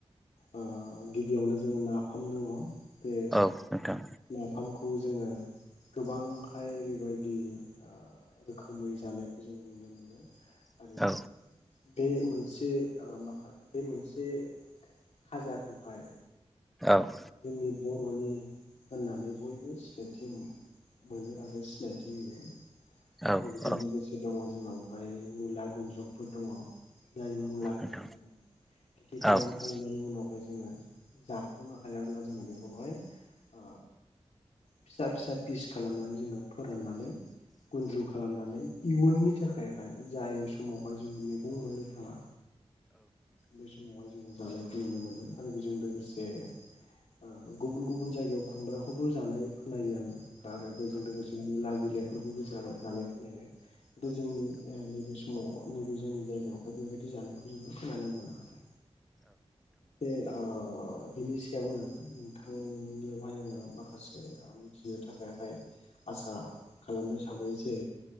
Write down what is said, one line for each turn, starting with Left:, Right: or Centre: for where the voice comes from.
Left: ओ गिबियावनो जोङो नाफाम दङ । बे
Centre: औ नोंथां
Left: नाफामखौ जोङो । गोबांहाय बेबायदि आ रोखोमै जानायखौ जोङो नुनो मोनो । आरो
Centre: औ
Left: बे मोन से ओ माखा बे मोनसे खाजाखौहाय
Centre: औ
Left: जोंनि बर'नि होननानै बयबो सिनायथिमो बोनो आरो सिनायथि <unintelligible>
Centre: औ
Left: आरो बिजों
Centre: औ नोंथां औ नोंथां औ नोंथां औ नोंथां औ नोंथां औ
Left: लोगोसे दङ जोंनावहाय मुला गुुन्द्रुगफोर दङ जाय मुलाखौहाय
Centre: नोंथां
Left: जोङो खेथि खालामखांनायनि
Centre: औ नोंथां औ नोंथां
Left: उनावहाय जोङो जाख'नो हायाब्ला जोङो बेखौहाय ओ फिसा-फिसा पिस खालामनानै जोङो फोराननानै गुन्द्रु खालामनानै इयुननि थाखाय जाय समावहाय जोङो मैगं मोननो थाङा बे समावहाय जोङो जानायखौ नुनो मोनो आरो बिजों लोगोसे । ओ गुबुन-गुबुन जायगायाव खुमब्राखौबो जानाय खोनायो आङो । आरो बेजों लोगोसे निला बिलाइफोरखौबो जाय जानाय खखलायो जोंनि नैबे समाव नैबे जोंनि जायगायावहाय बेबायदि जानायखौ जोङो <unintelligible> बिनि सायावनो नोंथांनियावहाय आङो माखासे थियो थाखायहाय आसा खालामनो साबै जे